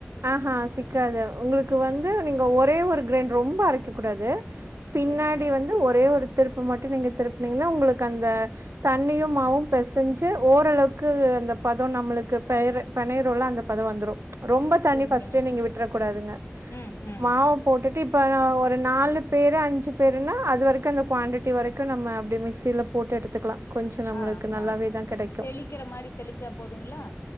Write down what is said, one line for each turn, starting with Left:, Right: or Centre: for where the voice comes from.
Right: ஆ ஹா சிக்காது உங்களுக்கு வந்து நீங்க ஒரே ஒரு கிரைண்ட் ரொம்ப அரைக்க கூடாது பின்னாடி
Left: சரிங்க
Right: வந்து ஒரே ஒரு திருப்பு மட்டும் நீங்க திருப்புனீங்கன்னா உங்களுக்கு அந்த தண்ணியும் மாவும் பெசஞ்சு ஓரளவுக்கு அந்த பதம் நம்மளுக்கு பெர் பெனையிரோல அந்த பதம் வந்துரும் ரொம்ப
Left: சரிங்க
Right: தண்ணி ஃபர்ஸ்ட்டே நீங்க விட்டுர கூடாதுங்க
Left: ம் ம்
Right: மாவு போட்டுட்டு இப்ப ஒரு நாலு பேரு அஞ்சு பேருனா அது வரைக்கும் அந்த குவாண்டிட்டி வரைக்கும் நம்ம அப்டி மிக்சியில போட்டு எடுத்துக்கலாம் கொஞ்சோ நம்மளுக்கு
Left: ஆ
Right: நல்லாவே
Left: ஆ
Right: தா கிடைக்கும்
Left: தெளிக்கிற மாரி தெளிச்சா போதுங்களா